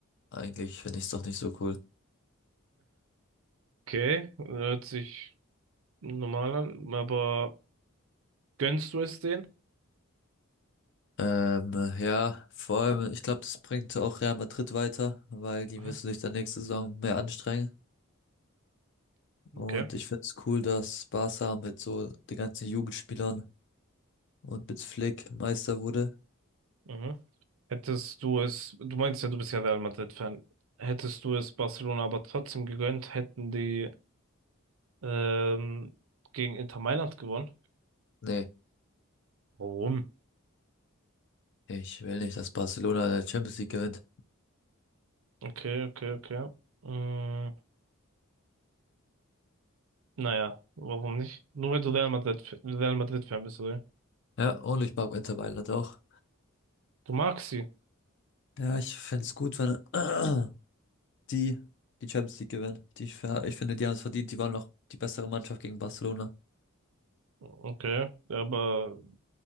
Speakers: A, on the left (about 55°); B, on the right (about 70°).
A: eigentlich finde ich's doch nicht so cool.
B: Okay, hört sich normal an, aber gönnst du es denen?
A: Ähm, ja, vor allem, ich glaube, das bringt auch Real Madrid weiter, weil die
B: Mhm.
A: müssen sich dann nächste Saison mehr anstrengen. Und
B: Okay.
A: ich find's cool, dass Barca mit so den ganzen Jugendspielern und mit Flick Meister wurde.
B: Mhm. Hättest du es, du meinst ja, du bist ja Real Madrid-Fan. Hättest du es Barcelona aber trotzdem gegönnt, hätten die ähm, gegen Inter Mailand gewonnen?
A: Nee.
B: Warum?
A: Ich will nicht, dass Barcelona die Champions League gewinnt.
B: Okay, okay, okay. Mm, naja, warum nicht? Nur weil du Real Madrid, Real Madrid-Fan bist, oder?
A: Ja, und ich mag Inter Mailand auch.
B: Du magst sie.
A: Ja, ich finde es gut, wenn <clears throat> die die Champions League gewinnen. Die, ich finde, die haben es verdient. Die waren noch die bessere Mannschaft gegen Barcelona.
B: Okay, ja, aber